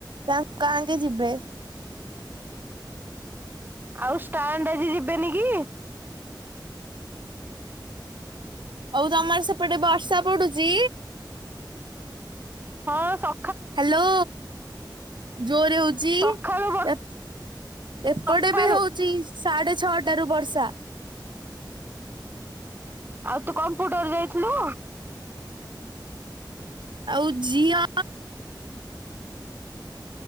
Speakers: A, on the right; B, on the right.
A: ତାଙ୍କ ଆଙ୍କେ ଯିବେ।
B: ଆଉ ଷ୍ଟାଣ୍ଡ ଆଜି ଯିବେନି କି?
A: ଅଉ ତୋମର ସେପଟେ ବର୍ଷା ପଡୁଚି?
B: ହଁ ସ
A: ହ୍ୟାଲୋ। ଜୋରେ ହଉଛି
B: ସକାଳୁ ବର୍ଷ
A: ଏ ଏପଟେ
B: ସକାଳୁ
A: ବି ହଉଚି ସାଢେ ଛଅଟା ରୁ ବର୍ଷା।
B: ଆଉ ତୁ କମ୍ପୁଟର ଯାଇଥିଲୁ?
A: ଆଉ ଜିଅ?